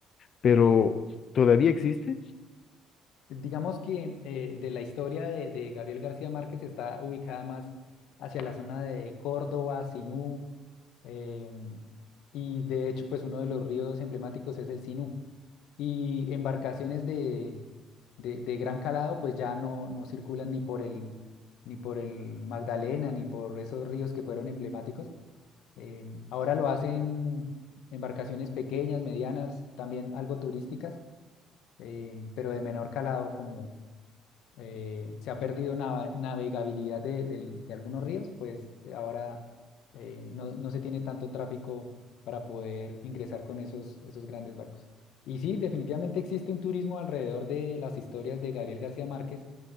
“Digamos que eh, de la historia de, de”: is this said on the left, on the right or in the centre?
Left